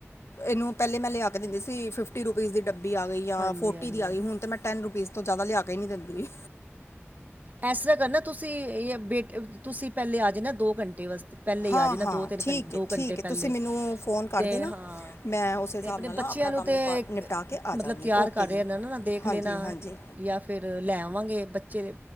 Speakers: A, on the left; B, on the right.
A: ਏਨੂੰ ਪੈਲੇ ਮੈਂ ਲਿਆ ਕੇ ਦਿੰਦੀ ਸੀ ਫਿਫਟੀ ਰੁਪੀਜ਼ ਦੀ ਡੱਬੀ ਆ ਗਈ ਯਾਂ
B: ਹਾਂਜੀ
A: ਫੋਟੀ
B: ਹਾਂਜੀ
A: ਦੀ ਆਗੀ ਹੁਣ ਤੇ ਮੈਂ ਟੈਨ ਰੁਪੀਜ਼ ਤੋਂ ਜਾਦਾ ਲਿਆ ਕੇ ਨੀ ਦਿੰਦੀ।
B: ਐਸਾ ਤਰ੍ਹਾਂ ਕਰਨਾ ਤੁਸੀਂ ਜ ਬ ਤੁਸੀਂ ਪੈਲੇ ਆ ਜਾਣਾ ਦੋ ਘੰਟੇ ਵਾਸਤੇ ਪੈਲੇ
A: ਹਾਂ
B: ਈ ਆ ਜਾਣਾ
A: ਹਾਂ
B: ਦੋ ਤਿੰਨ
A: ਠੀਕ
B: ਘੰਟ
A: ਹੈ
B: ਦੋ
A: ਠੀਕ
B: ਘੰਟੇ
A: ਹੈ
B: ਪੈਲੇ
A: ਤੁਸੀਂ ਮੈਨੂੰ ਫੋਨ
B: ਤੇ
A: ਕਰ ਦੇਣਾ
B: ਹਾਂ
A: ਮੈਂ ਉਸੇ ਹਿਸਾਬ
B: ਤੇ ਆਪਣੇ
A: ਨਾਲ ਨਾ
B: ਬੱਚਿਆ
A: ਆਪਣਾ
B: ਨੂੰ
A: ਕੰਮ
B: ਤੇ
A: ਨਿਪਾ ਨਿਪਟਾ ਕੇ ਆ
B: ਮਤਲਬ
A: ਜਾਵਾਂਗੀ
B: ਤਿਆਰ
A: ਓਕੇ
B: ਕਰ ਰਿਆ
A: ਜੀ
B: ਨਾ-ਨਾ ਦੇਖ
A: ਹਾਂਜੀ
B: ਲੇਣਾ
A: ਹਾਂਜੀ
B: ਯਾਂ ਫੇਰ ਲੈ ਆਵਾਂਗੇ ਬੱਚੇ